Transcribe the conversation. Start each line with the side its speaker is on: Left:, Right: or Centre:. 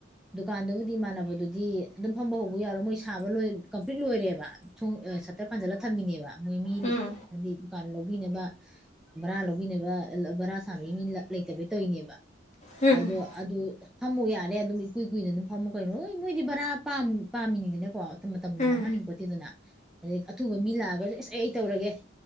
Centre: ꯗꯨꯀꯥꯟꯗꯨꯕꯨꯗꯤ ꯏꯃꯅꯕꯗꯨꯗꯤ ꯑꯗꯨꯝ ꯐꯝꯕ ꯍꯧꯕ ꯌꯥꯎꯔꯣ ꯃꯣꯏ ꯁꯥꯕ ꯂꯣꯏ ꯀꯝꯄ꯭ꯂꯤꯠ ꯂꯣꯏꯔꯦꯕ ꯊ ꯁꯇ꯭ꯔ ꯄꯥꯟꯁꯤꯜꯂ ꯊꯝꯃꯤꯅꯦꯕ ꯃꯣꯏ ꯃꯤ
Left: ꯎꯝ
Centre: ꯍꯥꯏꯗꯤ ꯗꯨꯀꯥꯟ ꯂꯧꯕꯤꯅꯕ ꯚꯔꯥ ꯂꯧꯕꯤꯅꯕ ꯚꯔꯥ ꯁꯥꯕꯒꯤ ꯃꯤ ꯂꯩꯇꯕꯩ ꯇꯧꯔꯤꯅꯦꯕ
Left: ꯎꯝ
Centre: ꯑꯗꯣ ꯑꯗ ꯊꯝꯃꯨ ꯌꯥꯅꯤ ꯑꯗꯨꯝ ꯏ ꯀꯨꯏ ꯀꯨꯏꯅ ꯑꯗꯨꯝ ꯐꯝꯃ ꯀꯩꯅꯣ ꯅꯣꯏ ꯃꯣꯏꯗꯤ ꯔꯥ ꯄꯥꯝꯃꯤꯅꯤꯗꯅꯀꯣ ꯃꯇꯝ ꯃꯇꯝꯗꯣ ꯃꯥꯡꯍꯟꯅꯤꯡꯄꯣꯠꯇꯤꯗꯅ
Left: ꯎꯝ
Centre: ꯑꯗꯩ ꯑꯊꯨꯕ ꯃꯤ ꯂꯥꯛꯑꯒꯗꯤ ꯑꯁ ꯑꯩ ꯇꯧꯔꯒꯦ